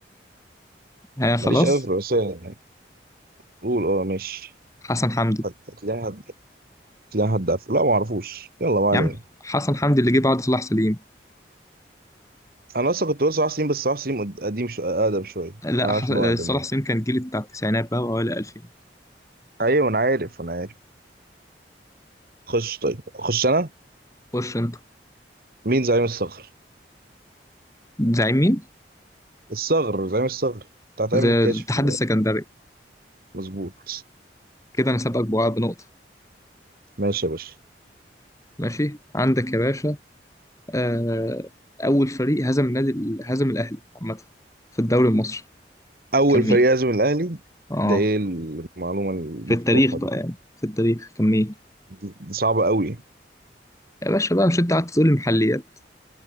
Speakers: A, on the left; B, on the right.
A: أنا خلاص
B: ماليش قوي في الرئاسيه يعني قول اه ماشي
A: حسن حمدي
B: هت- هتلاقي حد هتلاقي حد عارفه لا ما اعرفوش يلا ما علينا
A: يا عم حسن حمدي اللي جه بعد صلاح سليم
B: انا اصلا كنت بقول صلاح سليم بس صلاح سليم قد- قديم شو... اقدم شويه
A: لا
B: انا
A: ح...
B: عارف ان هو اقدم
A: صلاح
B: يعني
A: سليم كان جيل بتاع التسعينات بقى وأوائل 2000
B: ايوه انا عارف انا عارف خش طيب خش انا
A: خش أنت
B: مين زعيم الصغر
A: زعيم مين؟
B: الصغر زعيم الصغر بتاع تامر
A: زي
B: الكاشف
A: الاتحاد السكندري
B: مظبوط
A: كده أنا سابقك بوقع بنقطة
B: ماشي يا باشا
A: ماشي عندك يا باشا آه... أول فريق هزم النادي هزم الأهلي عامة في الدوري المصري
B: اول
A: كان مين؟
B: فريق يهزم الاهلي
A: اه
B: ده ايه المعلومه المفتوحه
A: في التاريخ بقى
B: دي
A: يعني في التاريخ كمية
B: دي دي صعبه قوي
A: يا باشا بقى مش انت قاعد تقول لي محليات